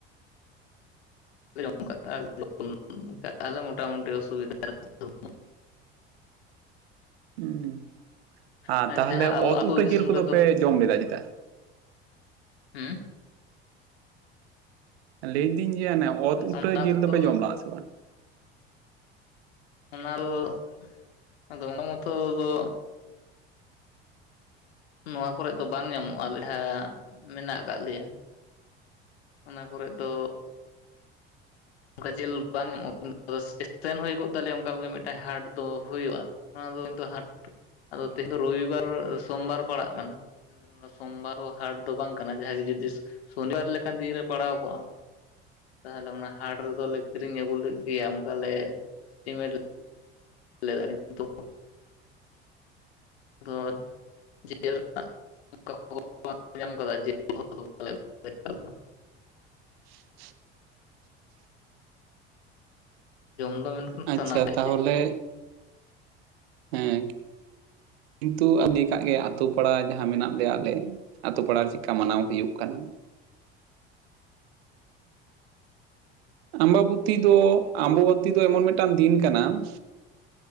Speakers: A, on the left (about 75°); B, on the right (about 70°).
A: <unintelligible> ᱢᱳᱴᱟᱢᱩᱴᱤ ᱚᱥᱩᱵᱤᱫᱟ ᱨᱮ <unintelligible>
B: ᱦᱩᱸ ᱟ
A: ᱟᱨ
B: ᱛᱟᱦᱟᱞᱮ
A: ᱡᱟᱦᱟᱸ ᱟᱵᱚ
B: ᱚᱛ
A: ᱟᱹᱛᱩ
B: ᱩᱴᱟᱹ
A: ᱫᱤᱥᱚᱢ
B: ᱡᱤᱞ ᱠᱚᱫᱚ ᱯᱮ ᱡᱚᱢ ᱞᱮᱫᱟ ᱪᱮᱛᱟ?
A: ᱦᱮᱸ
B: ᱞᱟᱹᱭᱫᱤᱹᱧ ᱜᱮᱭᱟ ᱚᱱᱮ ᱚᱛ
A: ᱚᱱᱟ
B: ᱩᱴᱟᱹ ᱡᱤᱞ
A: ᱠᱚᱫᱚ
B: ᱫᱚᱯᱮ ᱡᱚᱢ ᱞᱟᱜ -ᱟ ᱥᱮ ᱵᱟᱝ
A: ᱚᱱᱟ <unintelligible> ᱟᱫᱟ ᱚᱱᱟ ᱢᱚᱛᱚ ᱫᱚ ᱱᱚᱣᱟ ᱠᱚᱨᱮᱫ ᱫᱚ ᱵᱟᱝ ᱧᱟᱢᱚᱜᱼᱟ ᱟᱞᱮ ᱡᱟᱦᱟ ᱢᱮᱱᱟᱜ ᱟᱠᱟᱫ ᱞᱮᱭᱟ᱾ ᱚᱱᱟ ᱠᱚᱨᱮᱫ ᱫᱚ ᱚᱱᱠᱟ ᱡᱮᱞ ᱵᱟᱝ <unintelligible> ᱟᱫᱚ ᱥᱮᱱ ᱦᱩᱭ ᱠᱚᱜ ᱛᱟᱞᱮᱭᱟ ᱚᱱᱠᱟ ᱜᱮ ᱢᱤᱫᱴᱮᱱ ᱦᱟᱴ ᱫᱚ ᱦᱩᱭᱩᱜᱼᱟ ᱚᱱᱟ ᱫᱚ ᱠᱤᱱᱛᱩ ᱦᱟᱴ ᱟᱫᱚ ᱛᱮᱦᱮᱧ ᱫᱚ ᱨᱚᱵᱤᱵᱟᱨ ᱥᱳᱚᱢᱵᱟᱨ ᱯᱟᱲᱟᱜ ᱠᱟᱱᱟ᱾ ᱥᱳᱢᱵᱟᱨ ᱦᱟᱴ ᱫᱚ ᱵᱟᱝ ᱠᱟᱱᱟ ᱡᱟᱦᱟᱸᱭ ᱜᱮ ᱡᱩᱫᱤ ᱥᱚᱱᱤᱵᱟᱨ ᱞᱮᱠᱟᱱ ᱫᱤᱱ ᱨᱮ ᱯᱟᱲᱟᱣ ᱠᱚᱜᱼᱟ᱾ ᱛᱟᱦᱚᱞᱮ ᱚᱱᱟ ᱦᱟᱴ ᱨᱮᱫᱚᱞᱮ ᱠᱤᱨᱤᱧ ᱟᱹᱜᱩ ᱞᱮᱫ ᱜᱮᱭᱟ ᱚᱱᱠᱟ ᱞᱮ ᱤᱥᱴᱤᱢᱮᱴ <unintelligible> ᱫᱚ ᱟᱫᱚ ᱡᱤᱞ ᱨᱮᱱᱟᱜ <unintelligible> ᱧᱟᱢ ᱟᱠᱟᱫᱟ ᱡ <unintelligible>
B: <inaudible>
A: ᱡᱚᱢ ᱫᱚ ᱢᱮᱱᱠᱷᱟᱱ
B: ᱟᱪᱪᱷᱟ
A: ᱥᱟᱱᱟ ᱮᱫ
B: ᱛᱟᱦᱚᱞᱮ
A: <unintelligible>
B: ᱦᱮᱸ ᱠᱤᱱᱛᱩ <unintelligible> ᱠᱟᱜ ᱜᱮ ᱟᱛᱳ ᱯᱟᱲᱟ ᱡᱟᱦᱟᱸ ᱢᱮᱱᱟᱜ ᱞᱮᱭᱟ ᱟᱞᱮ ᱟᱛᱳ ᱯᱟᱲᱟ ᱨᱮ ᱪᱮᱫᱠᱟ ᱢᱟᱱᱟᱣ ᱦᱩᱭᱩᱜ ᱠᱟᱱᱟ᱾ ᱟᱢᱵᱟᱵᱚᱛᱤ ᱫᱚ ᱟᱢᱵᱟᱵᱚᱛᱤ ᱫᱚ ᱮᱢᱚᱱ ᱢᱤᱫᱴᱟᱝ ᱫᱤᱱ ᱠᱟᱱᱟ <inaudible>